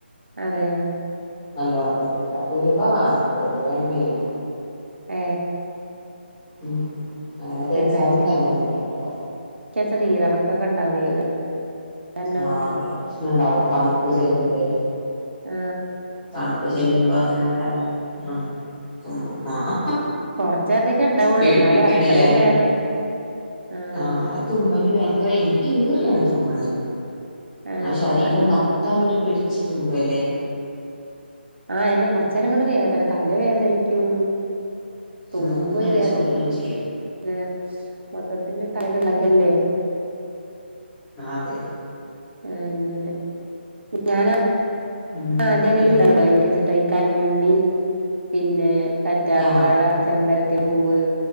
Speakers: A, on the right; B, on the left.
A: അതെ?
B: നല്ലോണം മുടിണ്ടാവും ഉലുവ വാങ്ങട്ട് ഉലുവാണ് മെയിന്.
A: ഏ?
B: ഉം അങ്ങനെ തേച്ചാലും
A: പെണ്ണാഴ്ചല്ലേ
B: നല്ലമുടിണ്ടാവും.
A: ഇക്കാച്ച നീരിറക്കൊക്കെ ഉണ്ടാവേ അത് കാരണം
B: ആ പ്രശ്നൊണ്ടാവും തണുപ്പ്‌ ചെല്ലുമ്പളെ.
A: ആ
B: തണുപ്പ് ചെല്ലുമ്പോ അങ്ങനെ <unintelligible> ആ സംഭവം ആ
A: കൊറച്ചേരത്തേക്കെ ഉണ്ടാവുള്ളൂ
B: പേടിപ്പിക്കാണെല്ലാരേം.
A: എന്നാലും അത്രയും നേരം ആഹ്
B: ആ തുമ്മല് വയങ്കര എനിക്ക് ഈറയാണ്. തുമ്മണത്
A: ആഹ്
B: ആ ശരീരം മൊത്തം അങ്ങിട്ട് പിടിച്ച് തുബല്ലേ.
A: ആ ന്നെ കൊറച്ചെരങ്ങ്ട് വേദന തല വേദനിക്കും തുമ്മുമ്പോ
B: മൂക്ക് ങ്ങനെ
A: ഒരു വേദന
B: ചൊറിയേം ചെയ്യും.
A: <unintelligible> മൊത്തത്തില് തലളകല്ലേ.
B: അതെ.
A: ആ ങ്ങനെ ഞാനാ
B: ഉം
A: ആ അതെ അങ്ങനെ
B: പിന്നെ
A: <unintelligible> എനിക്ക് സെറ്റായി കഞ്ഞുണ്ണി പിന്നെ കറ്റാർവാഴ,
B: ആഹ്
A: ചെമ്പരത്തി പൂവ്